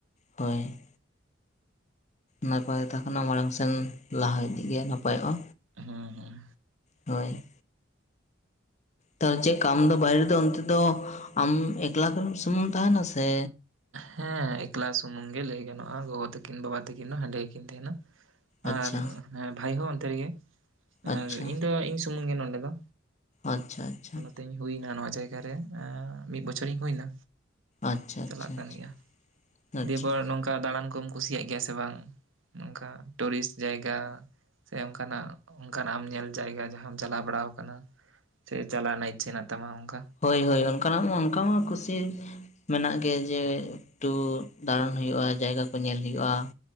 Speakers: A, on the left; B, on the right.
A: ᱦᱳᱭ ᱱᱚᱣᱟ ᱯᱟᱦᱴᱟ ᱠᱷᱚᱱᱟ ᱢᱟᱲᱟᱝ ᱥᱮᱱ ᱞᱟᱦᱟ ᱤᱫᱤᱜᱮ ᱱᱟᱯᱟᱭᱚᱜ-ᱟ᱾
B: ᱦᱩᱸ ᱦᱩᱸ
A: ᱦᱳᱭ ᱛᱚ ᱪᱮᱫᱠᱟ ᱟᱢ ᱫᱚ ᱫᱚ ᱵᱟᱭᱨᱮ ᱫᱚ ᱚᱱᱛᱮ ᱫᱚ ᱟᱢ ᱮᱠᱞᱟ ᱛᱮᱢ ᱥᱩᱢᱩᱝ ᱛᱟᱦᱮᱱᱟ ᱥᱮ
B: ᱦᱮᱸ ᱮᱠᱞᱟ ᱥᱩᱢᱩᱝ ᱜᱮ ᱞᱟᱹᱭ ᱜᱟᱱᱚᱜ-ᱟ ᱜᱚᱜᱚ ᱛᱟᱹᱠᱤᱱ ᱵᱟᱵᱟ ᱛᱟᱹᱠᱤᱱ ᱦᱚᱸ ᱦᱟᱸᱰᱮ ᱜᱮᱠᱤᱱ ᱛᱮᱦᱮᱱᱟ᱾
A: ᱟᱪᱪᱷᱟ
B: ᱟᱨ ᱦᱮᱸ ᱵᱷᱟᱭ ᱦᱚᱸ ᱚᱱᱛᱮ ᱨᱤᱜᱤᱴᱮ
A: ᱟᱪᱪᱷᱟ
B: ᱟᱨ ᱤᱧ ᱫᱚ ᱤᱧ ᱥᱩᱢᱩᱝ ᱜᱮ ᱱᱚᱸᱰᱮ ᱫᱚ᱾
A: ᱟᱪᱪᱷᱟ ᱟᱪᱪᱷᱟ
B: ᱛᱮᱧ ᱦᱩᱭᱱᱟ ᱱᱚᱣᱟ ᱡᱟᱭᱜᱟ ᱨᱮ ᱮᱸᱻ ᱢᱤᱫ ᱵᱚᱪᱷᱚᱨᱤᱧ ᱦᱩᱭᱱᱟ᱾
A: ᱟᱪᱪᱷᱟ ᱟᱪᱪᱷᱟ
B: ᱪᱟᱞᱟᱜ ᱠᱟᱱ
A: ᱟᱪᱪᱷᱟ
B: ᱜᱮᱭᱟ ᱢᱤᱫ-ᱵᱟᱨ
A: ᱟᱪᱪᱷᱟ
B: ᱱᱚᱝᱠᱟ ᱚᱱᱠᱟ ᱫᱟᱬᱟᱱ ᱠᱚᱢ ᱠᱩᱥᱤᱭᱟᱜ ᱜᱮᱭᱟ ᱥᱮ ᱵᱟᱝ ᱚᱱᱠᱟ ᱴᱩᱨᱤᱥᱴ ᱡᱟᱭᱜᱟ? ᱥᱮ ᱚᱝᱠᱟᱱᱟᱜ, ᱚᱝᱠᱟᱱᱟᱜ ᱟᱢ ᱧᱮᱞ ᱡᱟᱭᱜᱟ ᱡᱟᱦᱟᱸᱢ ᱪᱟᱞᱟᱣ ᱵᱟᱲᱟ ᱠᱟᱱᱟ᱾ ᱥᱮ ᱪᱟᱞᱟᱜ ᱨᱮᱱᱟᱜ ᱤᱪᱪᱷᱟᱹ ᱦᱮᱱᱟᱜ ᱛᱟᱢᱟ ᱚᱝᱠᱟ?
A: ᱦᱳᱭ ᱦᱳᱭ ᱚᱝᱠᱟᱱᱟᱜ ᱚᱝᱠᱟ ᱢᱟ ᱠᱩᱥᱤ ᱢᱮᱱᱟᱜ ᱜᱮ ᱡᱮ ᱮᱠᱴᱩ ᱫᱟᱬᱟᱱ ᱦᱩᱭᱩᱜᱼᱟ ᱡᱟᱭᱜᱟ ᱠᱚ ᱧᱮᱞ ᱦᱩᱭᱩᱜᱼᱟ᱾